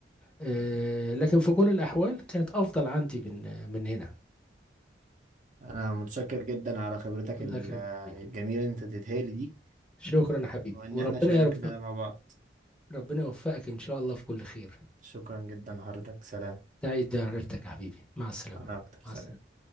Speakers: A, in the centre; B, on the right.
A: آه، لكن في كل الأحوال كانت أفضل عندي من من هنا
B: انا متشكر جدا على خبرتك
A: الله
B: ال-
A: يكرمك يا حبيبي
B: الجميلة اللي انت اديتها لي دي
A: شكرا يا حبيبي
B: وإن
A: وربنا
B: إحنا شاركنا
A: يا رب
B: ده مع بعض
A: ربنا يوفقك إن شاء الله في كل خير
B: شكرا جدا حضرتك سلام
A: سعيد بعرفتك يا حبيبي مع السلامة
B: أنا أكتر سلام
A: مع السلامة